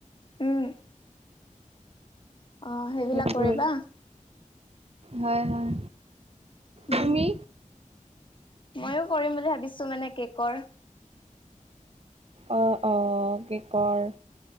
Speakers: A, on the left; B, on the right.
A: উম, অ সেইবিলাক
B: সেইবোৰ
A: কৰিবা।
B: হয় হয়।
A: উম
B: তুমি
A: মইয়ো কৰিম বুলি ভাবিছোঁ মানে কেকৰ
B: অ অ কেকৰ।